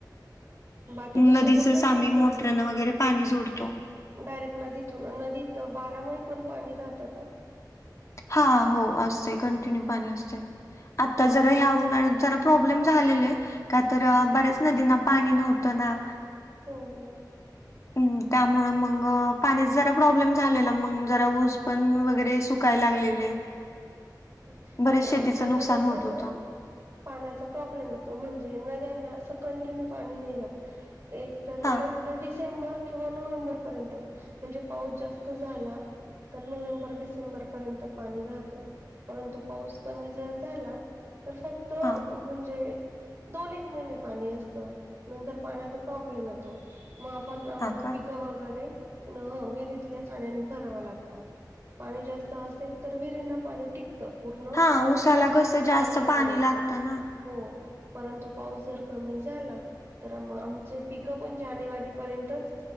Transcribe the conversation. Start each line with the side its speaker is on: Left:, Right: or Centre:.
Right: बाकी दुसरे
Left: नदीचच
Right: कुठलेच
Left: आम्ही
Right: पिकं
Left: मोटरानं वगैरे पाणी जोडतो
Right: डायरेक्ट नदीतून नदीत बारामही पण पाणी राहतं का?
Left: हा, हो असतं कंटिन्यू पाणी असतंय. आता जरा उन्हाळ्यात जरा प्रॉब्लेम झालेले का तर
Right: हो
Left: बऱ्याच नदींना पाणी नव्हतं ना,
Right: हो हो.
Left: हम्म त्यामुळे मग पाण्याचा जरा प्रॉब्लेम झालेला मग जरा ऊस पण वगैरे सुक काय लागलेले.
Right: नाही
Left: बरेच शेतीचं
Right: आमच्याकडे
Left: नुकसान होत
Right: कसं,
Left: होतं
Right: पाण्याचा प्रॉब्लेम येतो म्हणजे नद्यांना असं कंटिन्यू पाणी नाही राहत एक. तर
Left: हा
Right: लईत लई डिसेंबर किंवा नोव्हेंबर पर्यंत म्हणजे पाऊस जास्त झाला. तर नोव्हेंबर डिसेंबर पर्यंत पाणी राहतं. परंतु पाऊस कमी जर झाला तर फक्त
Left: हा
Right: म्हणजे दोन एक महिने पाणी असत नंतर पाण्याचा प्रॉब्लेम अ तो मग आपण आम्हाला
Left: हा का
Right: पिकप वगैरे. न विहिरीतल्या पाण्यानी भरावा लागता पाणी जास्त असेल तर विहरींना पाणी टिक पूर्ण
Left: हा उसाला
Right: पुढचा पावसाळा
Left: कसं जास्त
Right: येइ
Left: पाणी
Right: पर्यंत.
Left: लागतं ना
Right: हो परंतु पाऊस जर कमी झाला. तर म आमचे पिक पण जानेवारीपर्यंतच